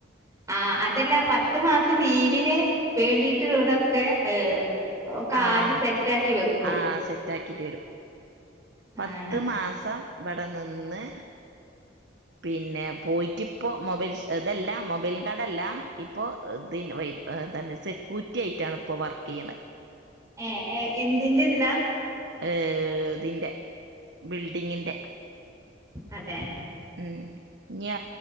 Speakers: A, on the right; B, on the right.
A: ആ അതല്ല പത്തു മാസം ലീവിന് വേണ്ടിയിട്ടുള്ളതൊക്കെ ഏ ഒക്കെ
B: ആഹ്
A: ആദ്യം സെറ്റ്അക്കി വെക്കും
B: ആഹ് സെറ്റാക്കിട്ട് വരും പത്ത്
A: ആഹ്
B: മാസം ഇവിടെ നിന്ന് പിന്നെ പോയിട്ട ഇപ്പോൊ മൊബൈൽ ഇതല്ല മൊബൈൽ കടല്ല ഇപ്പൊ ഇതി വൈ തന്നെ സെക്യൂരിറ്റി ആയിട്ടാണ് ഇപ്പൊ വർക്ക് ചെയ്യണ
A: ഏഏ എന്തിന്റെ ഇതിലാ
B: ഏ ഇതിറെ ബിൽഡിങ്ങിന്റെ
A: അതെ
B: ഉം ഇനിയ